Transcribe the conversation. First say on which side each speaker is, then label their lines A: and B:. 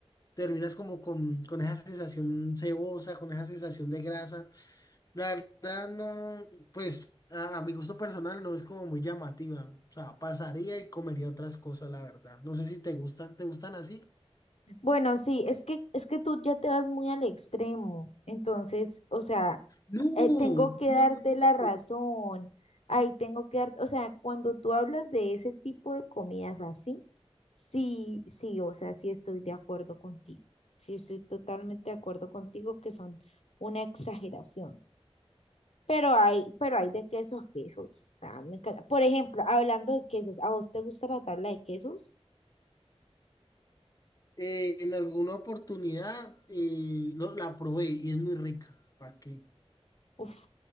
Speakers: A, on the left; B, on the left.
A: terminas como con, con esa sensación cebosa, con esa sensación de grasa. La verdad no, pues a, a mi gusto personal no es como muy llamativa. O sea, pasaría y comería otras cosas, la verdad. No sé si te gustan, ¿te gustan así?
B: Bueno, sí, es que, es que tú ya te vas muy al extremo. Entonces, o sea,
A: No,
B: eh, tengo que
A: no,
B: darte
A: muy no.
B: la razón. Ahí tengo que dar, o sea, cuando tú hablas de ese tipo de comidas así, sí, sí, o sea, sí estoy de acuerdo contigo. Sí estoy totalmente de acuerdo contigo que son una exageración. Pero hay, pero hay de quesos a quesos. O sea, me encanta. Por ejemplo, hablando de quesos, ¿a vos te gusta la tabla de quesos?
A: Eh, en alguna oportunidad eh, lo- la probé y es muy rica. ¿Para qué?
B: Uf,